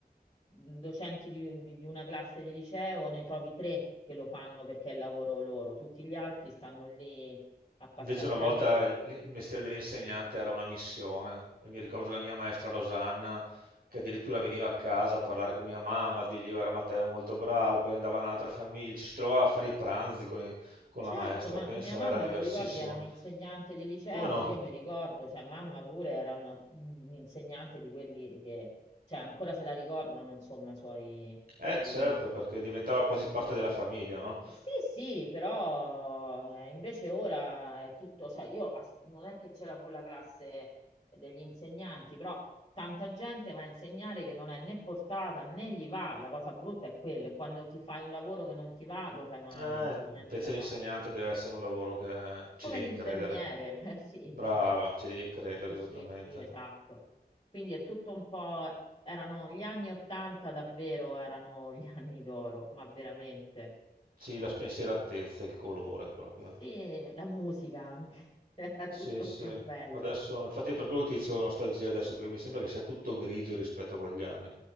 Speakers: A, on the left; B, on the right.
A: mh, docenti di, di- di una classe di liceo, ne trovi tre che lo fanno perché è il lavoro loro, tutti gli altri stanno lì a passare
B: Invece una
A: tempo.
B: volta il, il mestiere dell'insegnante era una missione e mi ricordo la mia maestra Rosanna che addirittura veniva a casa a parlare con mia mamma, a dirgli era Matteo molto bravo, poi andava in un'altra famiglia, ci si trovava a fare i pranzi con, i- con
A: Certo,
B: la maestra,
A: ma
B: pensa,
A: mia mamma,
B: era diversissimo.
A: te lo ricordi, era un'insegnante di liceo,
B: Come no?
A: io mi ricordo, cioè mamma pure era una- un'insegnante di quelli che, cioè ancora se la ricordano, insomma, i suoi
B: Eh
A: alunni.
B: certo, perché diventava quasi parte della famiglia, no?
A: Sì, sì, però eh, invece ora è tutto, cioè io as- non è che c'era quella classe degli insegnanti, però tanta gente va a insegnare che non è né portata né gli va, la cosa brutta è quella, e quando ti fai un lavoro che non ti va lo fai male,
B: Eh,
A: non c'è niente
B: invece
A: da
B: l'insegnante
A: fare.
B: deve essere un lavoro che
A: Come
B: ci devi
A: l'infermiere,
B: credere.
A: <laughs> eh, sì,
B: Brava,
A: cioè,
B: ci devi credere
A: sì,
B: esattamente.
A: sì, sì, esatto. Quindi è tutto un po', erano gli anni Ottanta davvero, erano gli anni d'oro, ma veramente.
B: Sì, la spensieratezza, il colore proprio.
A: Sì, la musica anche, <laughs> era tutto
B: Sì, sì.
A: più bello.
B: Adesso, infatti per quello che ti dicevo nostalgia adesso, perché mi sembra che sia tutto grigio rispetto a quegli anni.